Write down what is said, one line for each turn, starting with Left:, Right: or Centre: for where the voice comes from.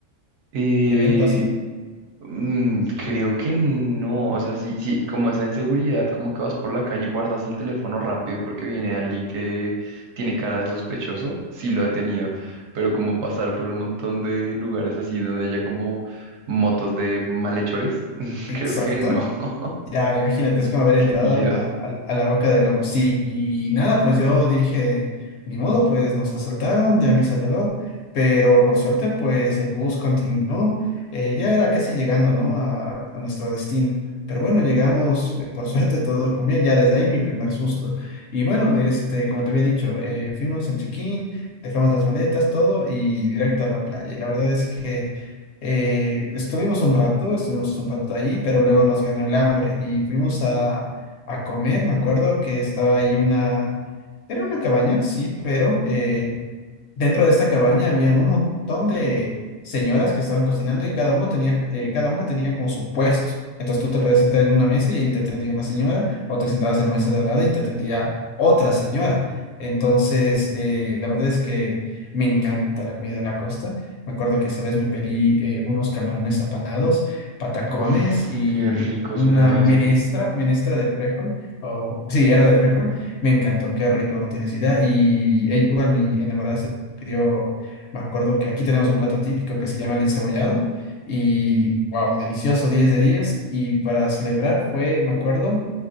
Right: Eh,
Left: evento así.
Right: Mm, creo que no, o sea, sí, sí, como esa inseguridad, como que vas por la calle y guardas el teléfono rápido porque viene alguien que tiene cara de sospechoso, sí lo he tenido, pero como pasar por un montón de lugares así donde haya como motos de malhechores, <laughs>
Left: Exacto.
Right: creo que no, <laughs>
Left: Ya, imagínate, es como haber entrado
Right: qué miedo.
Left: a la, a, a la boca del lobo. Sí, y nada, pues yo dije, ni modo, pues nos asaltaron, ya me hice el dolor, pero por suerte, pues el bus continuó, eh, ya era casi llegando, ¿no? A, a nuestro destino. Pero bueno, llegamos, eh, por <laughs> suerte, todo con bien, ya desde ahí mi primer susto. Y bueno, este, como te había dicho, eh, fuimos al check-in, dejamos las maletas, todo, y directo a la playa. Y la verdad es que... Eh, estuvimos un rato, estuvimos un rato ahí, pero luego nos ganó el hambre y fuimos a, a comer. Me acuerdo que estaba ahí una, era una cabaña, sí, pero eh, dentro de esta cabaña habían un montón de señoras que estaban cocinando y cada uno tenía, eh, cada una tenía como su puesto. Entonces tú te podías sentar en una mesa y ahí te atendía una señora, o te sentabas en la mesa de al lado y te atendía otra señora. Entonces, eh, la verdad es que me encanta la comida de la costa. Me acuerdo que esa vez me pedí eh, unos camarones apanados, patacones
Right: Uf,
Left: y
Right: qué rico
Left: una
Right: suena
Left: menestra,
Right: eso.
Left: menestra de frejol, o sí, era de frejol. Me encantó, qué rico, no tienes idea. Y e igual mi enamorada se pidió, me acuerdo que aquí tenemos un plato típico que se llama el encebollado. Y wow, delicioso, diez de diez Y para celebrar fue, me acuerdo,